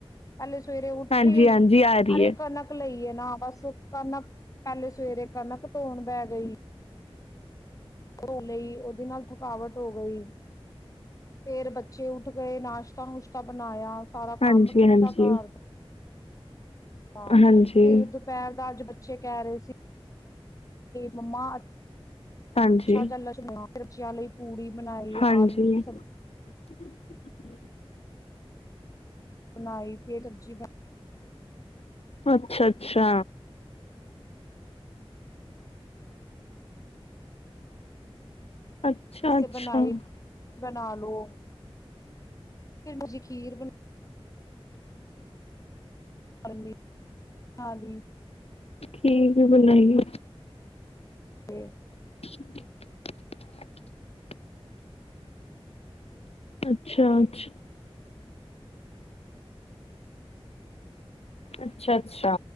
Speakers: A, on the left; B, on the left.
A: ਪਹਿਲੇ ਸਵੇਰੇ ਉੱਠੀ
B: ਹਾਂਜੀ, ਹਾਂਜੀ ਆ ਰਹੀ
A: ਅਰੇ
B: ਏ।
A: ਕਣਕ ਲਈਏ ਨਾ ਬਸ ਕਣਕ ਪਹਿਲੇ ਸਵੇਰੇ ਕਣਕ ਧੋਣ ਬਹਿ ਗਈ ਧੋ ਲਈ ਉਹਦੇ ਨਾਲ ਥਕਾਵਟ ਹੋ ਗਈ, ਫੇਰ ਬੱਚੇ ਉੱਠ ਗਏ ਨਾਸ਼ਤਾ ਨੁਸ਼ਤਾ ਬਣਾਇਆ। ਸਾਰਾ
B: ਹਾਂਜੀ,
A: ਕੰਮ ਕੀਤਾ
B: ਹਾਂਜੀ,
A: ਘਰ ਦਾ ਹਹ
B: ਹਾਂਜੀ,
A: ਫੇਰ ਦੁਪਹਿਰ ਦਾ ਅੱਜ ਬੱ ਚੇ ਕਹਿ ਰਹੇ ਸੀ ਮੰਮਾ,
B: ਹਾਂਜੀ,
A: ਅੱਛਾ ਚੱਲ ਬੱਚਿਆਂ ਲਈ ਪੂੜੀ ਬਣਾਈ
B: ਹਾਂਜੀ।
A: ਆਲੂ ਦੀ ਸਬਜ਼
B: <inaudible>
A: ਬਣਾਈ ਫਿਰ ਸਬਜ਼ੀ
B: ਅੱਛਾ ਅੱਛਾ ਅੱਛਾ,
A: ਅਸੀਂ
B: ਅੱਛਾ,
A: ਬਣਾਈ ਬਣਾ ਲੋ ਫਿਰ ਤੁਸੀਂ ਖੀਰ ਬਣਾ ਹਾਂਜੀ। ਹਾਂ ਵੀ
B: ਠੀਕ ਬੁਣਾਈਏ
A: ਤੇ
B: <unintelligible> ਅੱਛ ਅੱਛਾਛ ਅੱਛਾ ਅੱਛਾ।